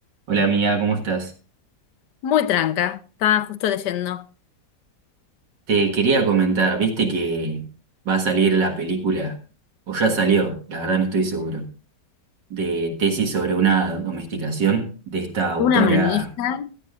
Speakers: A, on the right; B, on the left.
A: Hola amiga, ¿cómo estás?
B: Muy tranca, estaba justo leyendo.
A: Te quería comentar, viste que va a salir la película, o ya salió, la verdad no estoy seguro, de tesis sobre una domesticación de esta autora,
B: Una manija,